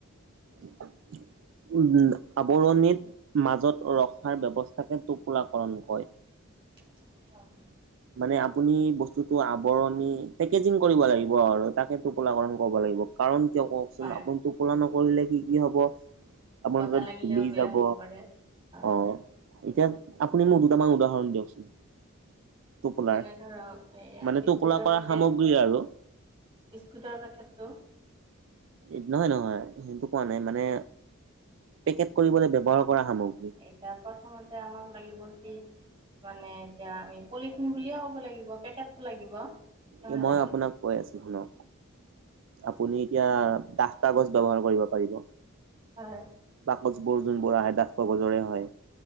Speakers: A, on the right; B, on the right.
A: উম, আৱৰণিত মাজত ৰখাৰ ব্যৱস্থাকে টোপোলাকৰণ কয়।
B: হয়।
A: মানে আপুনি বস্তুটো আৱৰণি পেকেজিং কৰিব লাগি- ব আৰু তাকে টোপোলা কাৰণ ক'ব লাগিব কাৰণ কিয় কওকচোন
B: হয়
A: আপুন- টোপোলা নকৰিলে কি কি হব? আপুনি
B: বতাহ
A: তাতেত
B: লাগিলেও
A: ধূলি
B: বেয়া
A: যাব
B: হ'ব পাৰে হয়
A: অ। এতিয়া আপুনি মোক দুটামান উদাহৰণ দিয়কচোন? টোপোলাৰ
B: যেনে ধৰক এয়া
A: মানে
B: বিস্কুটৰ
A: টোপোলা কৰা
B: পেকেট
A: সামগ্ৰী আৰু
B: বিস্কুটৰ পেকেটটো।
A: এট নহয় নহয় সেইটো কোৱা নাই মানে পেকেট কৰিবলে ব্যৱহাৰ কৰা সামগ্ৰী।
B: তিয়া প্ৰথমতে আমাক লাগিব কি মানে এতিয়া আমি পলিথিন বুলিয়ে ক'ব লাগিব পেকেটটো লাগিব। নহয়
A: এই মই
B: জানো
A: আপোনাক কৈ আছো। শুনক? আপুনি এতিয়া দাহ কাগজ ব্যৱহাৰ কৰিব পাৰিব।
B: হয়
A: বাকচবোৰ যোনবোৰ আহে ডাঠ কাগজৰে হয়।